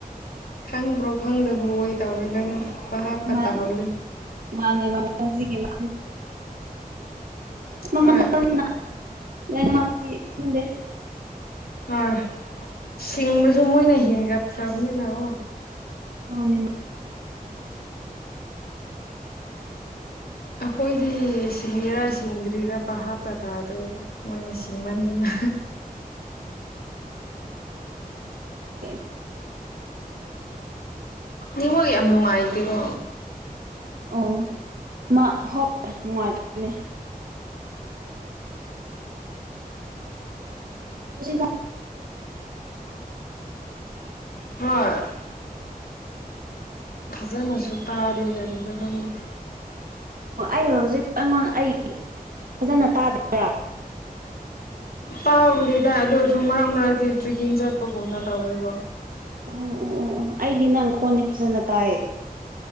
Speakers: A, on the left; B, on the right.
A: ꯈꯪꯕ꯭ꯔꯣ ꯈꯪꯗꯕꯔꯣ ꯄꯥꯞꯒ
B: ꯃꯥꯅꯦ
A: ꯇꯥꯍꯧꯗꯦ
B: ꯃꯥꯅꯦ ꯃꯥꯅꯦ ꯍꯧꯖꯤꯒꯦ ꯃꯥ
A: ꯍꯣꯏ
B: ꯃꯃ <inaudible> ꯂꯣꯢꯅꯃꯛꯇꯤ ꯈꯪꯗꯦ
A: ꯑꯣꯏ ꯁꯤꯡꯕꯁꯨ ꯃꯣꯏꯅ ꯍꯦꯟꯒꯠꯈ꯭ꯔꯕꯅꯤꯅ ꯑꯣ
B: ꯃꯥꯅꯦ
A: ꯑꯩꯈꯣꯏꯗꯤ ꯁꯤꯡꯉꯤꯔꯥ ꯁꯤꯡꯗ꯭ꯔꯤꯔꯥ ꯚꯥꯞꯀ ꯇꯥꯗ꯭ꯔꯦꯗ ꯃꯣꯏꯅ ꯁꯤꯡꯃꯟꯗꯅ
B: <unintelligible>
A: ꯅꯦꯠꯋꯥꯛ ꯌꯥꯝ ꯅꯨꯡꯉꯥꯏꯇꯦꯀꯣ
B: ꯑꯣ ꯃꯥ ꯍꯣꯏꯣꯏ ꯅꯨꯡꯉꯥꯏꯇꯝꯅꯦ <inaudible> ꯍꯧꯖꯤꯛꯒꯥꯟ
A: ꯍꯣꯏ ꯐꯖꯅꯁꯨ ꯇꯥꯗꯦ ꯀꯔꯤꯔ ꯈꯪꯗꯦ
B: ꯑꯣ ꯑꯩ ꯍꯧꯖꯤꯛ ꯑꯩꯉꯣꯟ ꯑꯩ ꯐꯖꯅ ꯇꯥꯗꯕꯔꯥ
A: ꯇꯥꯕꯨꯗꯤ ꯇꯥꯢ ꯑꯗꯨ ꯑꯣꯏꯁꯨ ꯃꯔꯛ ꯃꯔꯛꯀꯤ ꯇ꯭ꯔꯦꯛꯀꯤꯡ ꯆꯠꯄꯒꯨꯝꯅ ꯇꯧꯋꯕꯣ
B: ꯎ ꯎ ꯑꯣ ꯎ ꯑꯩꯗꯤ ꯅꯪ ꯈꯣꯟꯗꯤ ꯐꯖꯅ ꯇꯥꯏꯌꯦ